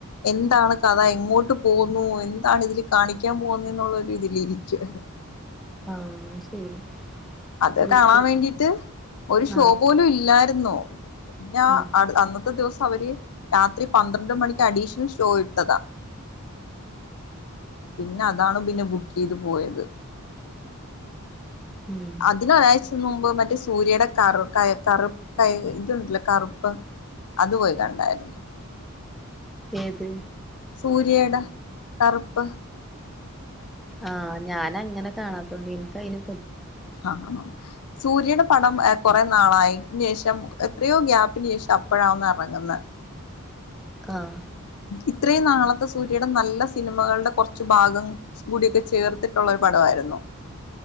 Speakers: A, on the left; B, in the centre.
A: എ എന്താണ് കഥ എങ്ങോട്ട് പോവുന്നു എന്താണ് ഇതിൽ കാണിക്കാൻ പോവുന്നെ എന്നുള്ള ഇതിലിരിക്കുവായിരുന്നു
B: ആഹ ശരി
A: അത്
B: ബുക്ക്
A: കാണാൻ വേണ്ടിട്ട് ഒരു ഷോ
B: ആ
A: പോലും ഇല്ലാരുന്നു പിന്നാ
B: ആ
A: അടു അന്നത്തെ ദിവസം അവര് രാത്രി പന്ത്രണ്ട് മണിക്ക് അഡീഷണൽ ഷോ ഇട്ടതാ പിന്നെ അതാണ് പിന്നെ ബുക്ക് ചെയ്ത് പോയത്
B: ഉം
A: അതിനൊരാഴ്ച മുമ്പ് മറ്റേ സൂര്യയുടെ കറു ക കറുപ്പ് കൈ ഇതുണ്ടല്ല കറുപ്പ് അത് പോയി കണ്ടായിരുന്നു
B: ഏത്
A: സൂര്യയുടെ കറുപ്പ്
B: ആഹ ഞാന അങ്ങനെ കാണാത്തോണ്ട് എനിക്ക അയിനെ
A: ആണോ സൂര്യയുടെ പടം കുറേ നാളായി ന് ശേഷം എത്രയോ ഗ്യാപ്പിന് ശേഷം അപ്പോഴാ ഒന്ന് എറങ്ങുന്നെ
B: ആഹ
A: ഇത്രയും നാളത്തെ സൂര്യയുടെ നല്ല സിനിമകളുടെ കുറച്ച് ഭാഗം കൂടിയൊക്കെ ചേർത്തിട്ടൊള്ള ഒരു പടവായിരുന്നു